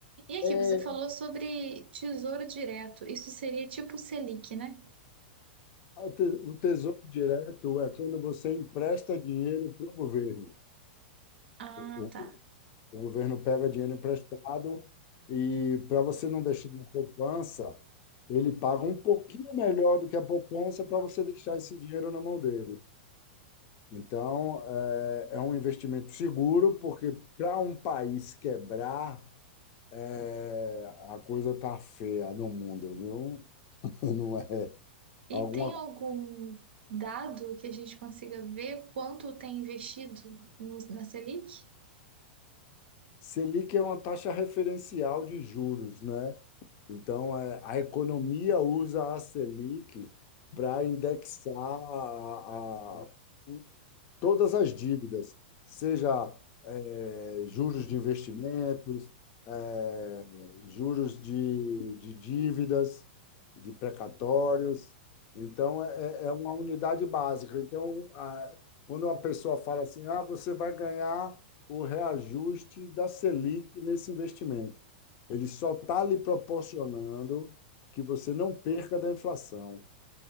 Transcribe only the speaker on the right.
E aqui,
você falou sobre Tesouro Direto. Isso seria tipo Selic, né?
Ah,
tá.
E
tem algum dado que a gente consiga ver quanto tem investido no- na Selic?